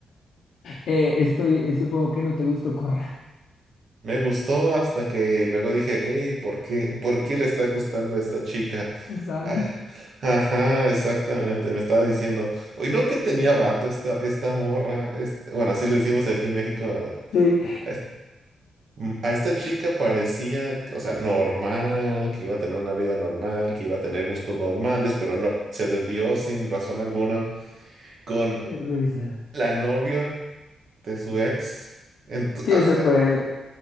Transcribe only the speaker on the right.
Me gustó hasta que luego dije, hey, ¿por qué, por qué le está gustando a esta chica?
Ah, Ajá, exactamente. Me estaba diciendo, oye, no que tenía vato esta, esta morra. este-" bueno, así le decimos aquí en México.
A, es- m- a esta chica parecía, o sea, normal, que iba a tener una vida normal, que iba a tener gustos normales, pero no, se desvió sin razón alguna con
la novia de su ex. Ent-
ah,